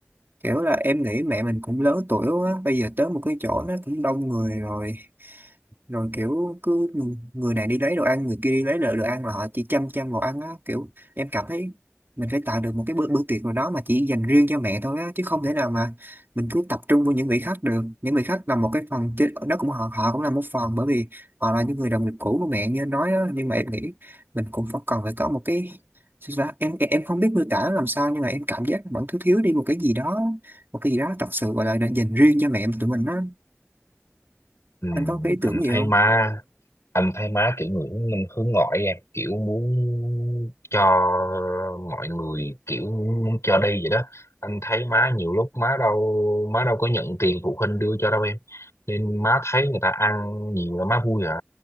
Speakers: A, on the right; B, on the left.
A: kiểu là em nghĩ mẹ mình cũng lớn tuổi quá bây giờ tới một cái chỗ nó cũng đông người rồi rồi kiểu cứ người này đi lấy đồ ăn người kia đi lấy đồ, đồ ăn là họ chỉ chăm chăm vào ăn á kiểu em cảm thấy mình phải tạo được một cái bữa bữa tiệc nào đó mà chỉ dành riêng cho mẹ thôi á chứ không thể nào mà mình cứ tập trung vào những vị khách được những vị khách là một cái phần chứ đó cũng họ họ cũng là một phần bởi vì họ là những người đồng nghiệp cũ của mẹ như anh nói đó nhưng mà em nghĩ mình cũng phải cần phải có một cái sao ta? em em không biết miêu tả làm sao nhưng mà em cảm giác vẫn thiếu thiếu đi một cái gì đó một cái gì đó thật sự gọi là dành riêng cho mẹ tụi mình á
B: Ừ,
A: anh có cái ý
B: anh
A: tưởng gì
B: thấy
A: không
B: má anh thấy má kiểu người hướng minh hướng ngoại em kiểu muốn cho mọi người kiểu muốn cho đi vậy đó anh thấy má nhiều lúc má đâu má đâu có nhận tiền phụ huynh đưa cho đâu em nên má thấy người ta ăn nhiều là má vui à